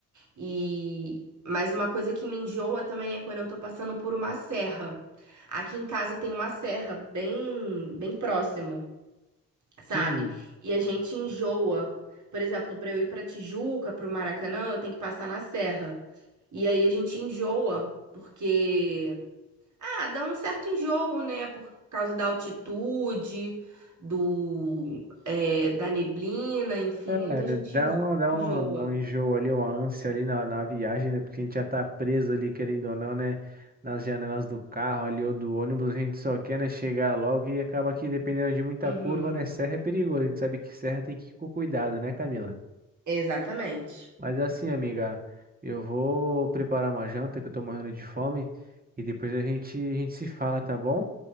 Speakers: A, on the right (about 50°); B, on the right (about 25°).
A: E mas uma coisa que me enjoa também é quando eu tô passando por uma serra. Aqui em casa tem uma serra bem bem próximo, sabe?
B: sim.
A: E a gente enjoa. Por exemplo, para eu ir para Tijuca, para o Maracanã, eu tenho que passar na serra. E aí a gente enjoa porque ah, dá um certo enjoo, né? Por causa da altitude, do é, da neblina, enfim,
B: É,
A: muita gente
B: dá uma, dá
A: enjoa.
B: uma, um enjoo ali, uma ânsia ali na, na viagem, né? Porque a gente já tá preso ali, querendo ou não, né? Nas janelas do carro ali ou do ônibus, a gente só quer, né, chegar logo e acaba que, dependendo de muita
A: Uhum.
B: curva, né? Serra é perigoso. A gente sabe que serra tem que ir com cuidado, né, Camila?
A: Exatamente.
B: Mas assim, amiga, eu vou preparar uma janta que eu tô morrendo de fome e depois a gente, a gente se fala, tá bom?